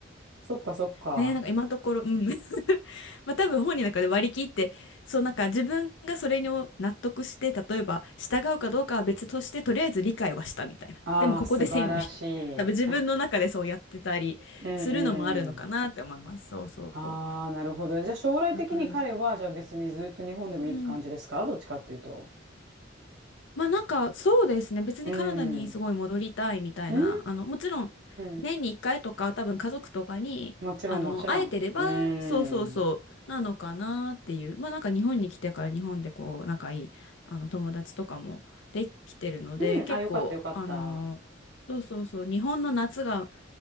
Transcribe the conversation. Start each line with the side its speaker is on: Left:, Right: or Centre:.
Right: そっかそっか。
Left: ねえ、なんか今のところ、うん。<laughs> まあ多分本人の中で割り切って、そうなんか自分がそれに納得して、例えば従うかどうかは別として、とりあえず理解はしたみたいな。
Right: ああ、
Left: でもここで線を引くみたいな。
Right: 素晴らしい。
Left: 多分自分の中でそうやってたりするのもあるのかなって思います。
Right: <laughs> うんうん。
Left: そうそう。
Right: ああ、なるほど。じゃあ将来的に彼は、
Left: だから、
Right: じゃあ別にずっと日本でもいいって感じですかどっちかっていうと。
Left: うん。まあなんかそうですね。別にカナダにすごい戻りたいみたいな、
Right: うん。うー
Left: あの、もちろん
Right: ん。
Left: 年に1回とか多分家族とかに、
Right: もちろんもちろん。
Left: あの、会えてれば、
Right: うーん。
Left: そうそうそう、なのかなっていう。まあなんか日本に来てから日本でこう仲いい、あの、友達とかもできてるので、
Right: うん。
Left: 結構、
Right: あ、よかったよかった。
Left: あの、そうそうそう、日本の夏が